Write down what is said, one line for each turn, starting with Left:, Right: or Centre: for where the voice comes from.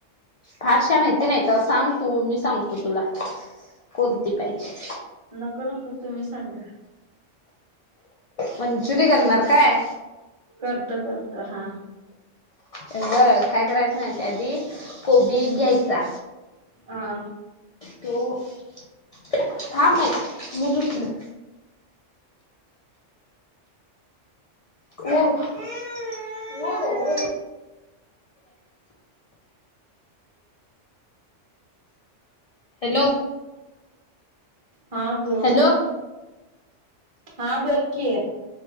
Left: फारशा माहिती नाही तर सांग तु मी सांगतो तुला कोणती पाहिजे?
Right: नको नको तुम्ही सांगा.
Left: मंचुरी करणार काय?
Right: करतो करतो हा.
Left: बरं काय करायचं माहिती आधी कोबी एक घ्यायचा.
Right: हा.
Left: त <unintelligible> थां मुजठलं हो हो हो हो. हॅलो.
Right: हा बोलोल.
Left: हॅलो
Right: हा बोल कि आहे.